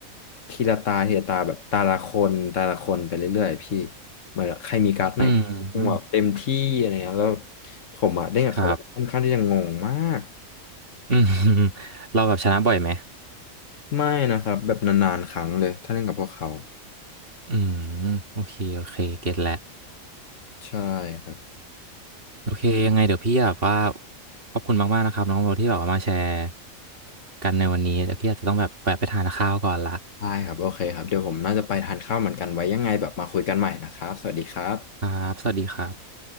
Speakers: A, on the left; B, on the right.
A: ทีละตาทีละตาแบบตาละคนตาละคนไปเรื่อยๆพี่เหมือนใครมีการ์ดไหน
B: อืมอืม
A: แบบเต็มที่อะไรเงี้ยแล้วผมอะเล่นกับเขาค่อนข้างที่จะงงมาก
B: ครับอืม <laughs> เราแบบชนะบ่อยไหม
A: ไม่นะครับแบบนานๆครั้งเลยถ้าเล่นกับพวกเขา
B: อืมโอเคโอเคเก็ตแล้ว
A: ใช่ครับ
B: โอเคยังไงเดี๋ยวพี่แบบว่าขอบคุณมากๆนะครับน้องโบที่แบบว่ามาแชร์กันในวันนี้แต่พี่อาจจะต้องแบบแวะไปทานข้าวก่อนละ
A: ได้ครับโอเคครับเดี๋ยวผมน่าจะไปทานข้าวเหมือนกันไว้ยังไงแบบมาคุยกันใหม่นะครับสวัสดีครับ
B: ครับสวัสดีครับ